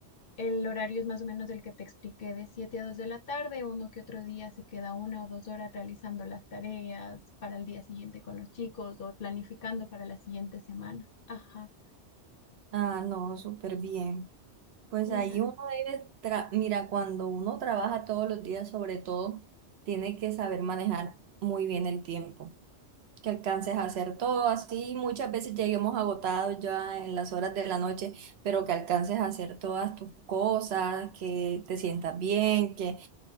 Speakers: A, on the left; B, on the right.
A: el horario es más o menos el que te expliqué de 7 a 2 de la tarde, uno que otro día se queda una o dos horas realizando las tareas para el día siguiente con los chicos o planificando para las siguientes semanas. Ajá.
B: Ah, no, súper bien. Pues
A: Mm.
B: ahí uno debe, tra- mira, cuando uno trabaja todos los días, sobre todo, tiene que saber manejar muy bien el tiempo. que alcances a hacer todo así. Muchas veces lleguemos agotados ya en las horas de la noche, pero que alcances a hacer todas tus cosas, que te sientas bien, que,